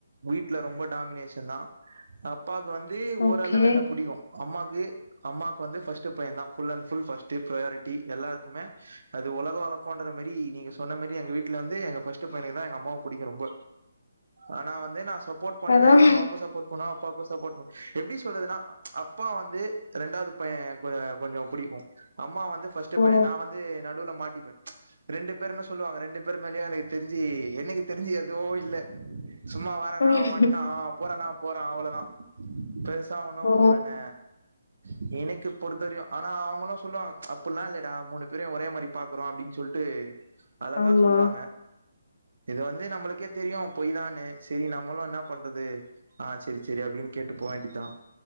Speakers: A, on the right (about 65°); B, on the left (about 65°).
A: வீட்டுல ரொம்ப டாமினேஷன் தான் அப்ப அப்பாக்கு வந்து ஓரளவு
B: ஓகே
A: என்ன பிடிக்கும் அம்மாவுக்கு அம்மாவுக்கு வந்து ஃபர்ஸ்ட் பையன் தான் full and full first priority எல்லாருக்குமே அது உலக வளர்க்கோண்டற மரி நீங்க சொன்ன மரி எங்க வீட்டுல வந்து எங்க பர்சஸ்டு பையனுக்கு தான் எங்க அம்மா பிடிக்கும் ரொம்ப ஆனா வந்து நான் சொ சப்போர்ட் பண்ணுவ
B: அதான்
A: எங்க அமாக்கும் சப்பர்ட் போனா அப்பாக்கும் சப்போர்ட் பண்ண எப்படி சொல்றதுன்னா அப்பா வந்து இரண்டாவது பையன் கொஞ்சம் பிடிக்கும் அம்மா வந்து பர்ஸ்ட் பையன்
B: ஓ
A: நான் வந்து நடுல மாட்டிப்பேன் ரெண்டு பேருு சொ சொல்லுவாங்க ரெண்டு பேர் மேலயும் எனக்கு தெரிஞ்சு என்னைக்கு தெரிஞ்சு எதுவும் இல்ல சும்மா வரே நா
B: ம்.
A: வந்துட்டான் போறே நா போறோன் அவ்வளோதான் பெருசா ஒனும்
B: ஓ
A: என்ன உஹ எனக்கு பொறுத்தரியும் ஆனா அவங்களும் சொல்லுவாங்க அப்படில்லாம் இல்லடா மூணு பேரையும் ஒரே மாதிரி பாக்குறோம் அப்படின்னு சொல்லிட்டு அழகா
B: ஆமா
A: சொல்லுவாங்க இது வந்து நம்மளுக்கே தெரியும் பொய் தானு செரி நம்மளு இன்னா பண்றது ஆ செரி செரி அப்டின் கேட்டு போ வேண்டிதா